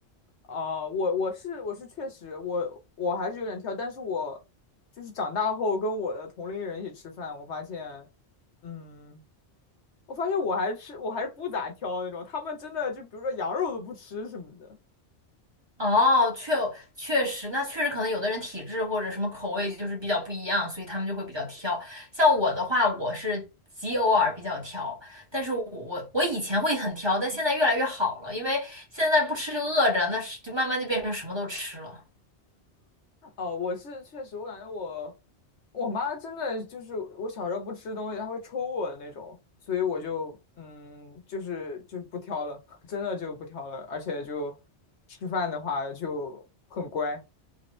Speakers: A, on the left (about 75°); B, on the right (about 25°).
A: 啊、我我是我是确实，我我还是有点挑，但是我就是长大后跟我的同龄人一起吃饭，我发现，嗯，我发现我还是吃，我还是不咋挑那种，他们真的就比如说羊肉都不吃什么的。
B: 哦，确确实，那确实可能有的人体质或者什么口味就是比较不一样，所以他们就会比较挑。像我的话，我是极偶尔比较挑，但是我我我以前会很挑，但现在越来越好了，因为现在不吃就饿着，那是就慢慢就变成什么都吃了。
A: 哦，我是确实，我感觉我我妈真的就是我小时候不吃东西，她会抽我的那种，所以我就嗯，就是就不挑了，<laughs> 真的就不挑了，而且就吃饭的话就很乖。